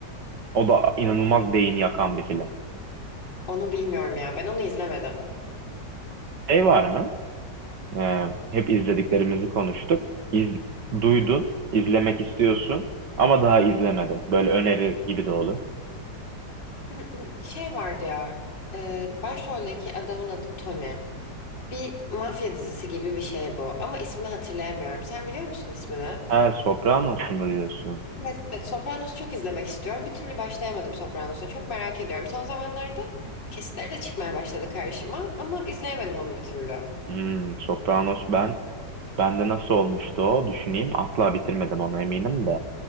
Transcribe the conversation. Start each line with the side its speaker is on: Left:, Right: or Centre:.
Right: O da inanılmaz beyin yakan bir film.
Left: Onu bilmiyorum ya. Ben onu izlemedim.
Right: Şey var mı? E, hep izlediklerimizi konuştuk. İz, duydun, izlemek istiyorsun ama daha izlemedin. Böyle öneri gibi de olur.
Left: <clears throat> Şey vardı ya. E, başroldeki adamın adı Tony. Bir mafya dizisi gibi bir şey bu ama ismini hatırlayamıyorum. Sen biliyor musun ismini?
Right: Ha, Sopranos mu diyorsun?
Left: Evet, evet. Sopranos'u çok izlemek istiyorum. Bir türlü başlayamadım Sopranos'a. Çok merak ediyorum. Son zamanlarda kesitleri de çıkmaya başladı karşıma ama izleyemedim onu bir türlü.
Right: Hmm, Sopranos ben bende nasıl olmuştu o? Düşüneyim. Asla bitirmedim ona eminim de.